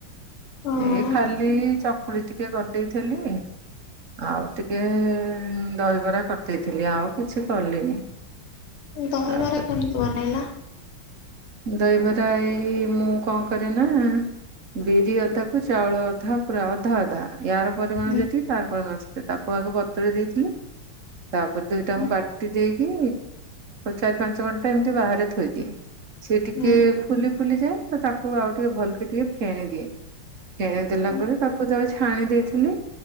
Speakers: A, on the left; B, on the right.
A: ହଁ
B: ଏଇ ଖାଲି ଚକୁଳି ଟିକେ କରିଦେଇଥିଲି ଆଉ ଟିକେ ଏ ଏ ଉଁ ଦହିବରା କରିଦେଇଥିଲି ଆଉ କିଛି କଲିନି।
A: ଦହିବରା
B: ଆଉ
A: କେମିତି ବନେଇଲ?
B: ଦହିବରା ଏଇ ମୁଁ କଣ କରେ ନା ବିରି ଅଧାକୁ ଚାଉଳ ଅଧା ପୁରା ଅଧା ଅଧା। ୟାର ପରିମାଣ
A: ହୁଁ
B: ଯେତିକି ତାର ପରିମାଣ ସେତିକି ତାକୁ ଆଗ ବତୁୁରେଇ ଦେଇଥିଲି। ତାପରେ ଦୁଇଟାକୁ
A: ହୁଁ
B: ବାଟି ଦେଇକି ଚାରି ପାଞ୍ଚ ଘଣ୍ଟା ଏମିତି ବାହାରେ ଥୋଇଦିଏ। ସିଏ ଟିକେ
A: ହୁଁ
B: ଫୁଲି ଫୁଲି ଯାଏ ତ ତାକୁ ଆଉ ଟିକେ ଭଲକି ଟିକେ ଫେଣି ଦିଏ। ଫେଣିଦେଲା
A: ହୁଁ
B: ପରେ ତାକୁ ଜଣେ ଛାଣି ଦେଇଥିଲେ।